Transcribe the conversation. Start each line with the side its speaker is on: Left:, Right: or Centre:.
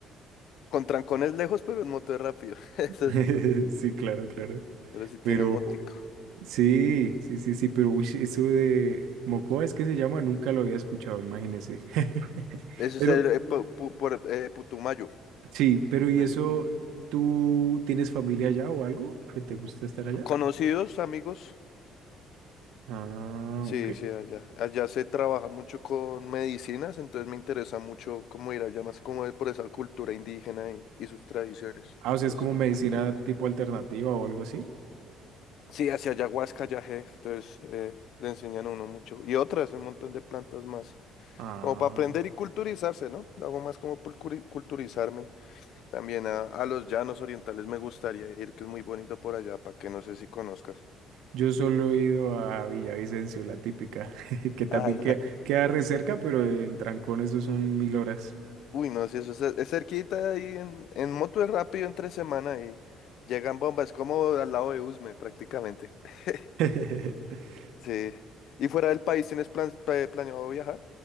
Left: Con trancones lejos pero en moto es rápido, <laughs> eso
Right: <laughs>
Left: sí,
Right: Sí, claro, claro.
Left: pero sí tiene
Right: Pero
Left: mótico.
Right: sí, sí, sí, sí, pero uy, eso de Mocoa es que se llama, nunca lo había escuchado, imagínese. <laughs>
Left: Eso
Right: Pero
Left: es el eh, pu- pu- por, eh, Putumayo,
Right: sí, pero ¿y
Left: medio
Right: eso
Left: Putumayo.
Right: tú tienes familia allá o algo que te gusta estar allá?
Left: Conocidos, amigos.
Right: Ah,
Left: Sí,
Right: ok.
Left: sí, allá. Allá se trabaja mucho con medicinas, entonces me interesa mucho cómo ir allá, más como por esa cultura indígena y, y sus tradiciones.
Right: Ah, o sea,
Left: Entonces
Right: es como
Left: es como
Right: medicina
Left: mi plan.
Right: tipo alternativa o algo así.
Left: Sí, hacia ayahuasca, yagé, entonces eh, le enseñan a uno mucho. Y otras, un montón de plantas más.
Right: Ah,
Left: Como para aprender y culturizarse, ¿no? Hago más como por curi- culturizarme. También a, a los llanos orientales me gustaría ir, que es muy bonito por allá, para que no sé si conozcas.
Right: yo solo he ido a Villavicencio, la típica, <laughs> que también
Left: Ah,
Right: queda, queda re cerca, pero en trancón eso son mil horas.
Left: Uy, no, si eso es, es cerquita ahí en, en moto es rápido entre semana y llegan bombas, como al lado de Usme prácticamente. <laughs>
Right: <laughs>
Left: Sí. ¿Y fuera del país tienes plan, pe- planeado viajar?